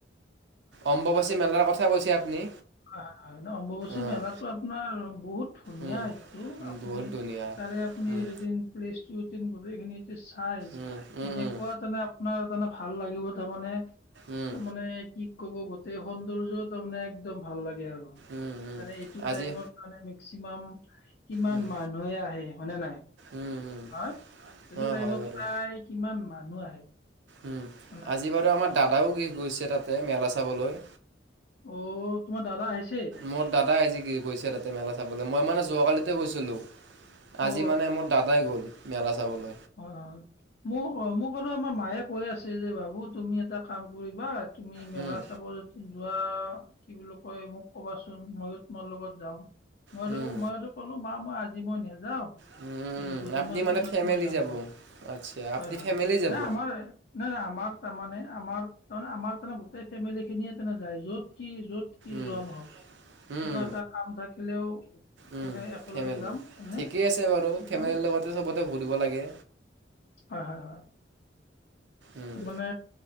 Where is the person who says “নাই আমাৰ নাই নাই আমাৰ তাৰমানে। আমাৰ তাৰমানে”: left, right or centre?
Left